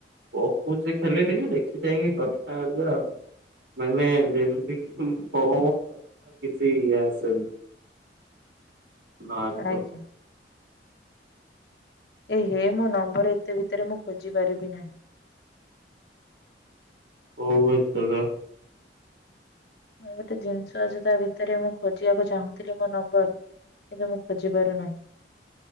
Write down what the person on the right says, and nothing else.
କହୁଛି ଖାଲି ଟିକେ ଦେଖି ଚାଇଁକି କଥା ହେବେ ଆଉ। ମାନେ ଯେମିତି କି କହୁ କିଛି ଆସେନି।
ବାସ୍ ତୋ
କଉ ଭିତରେ?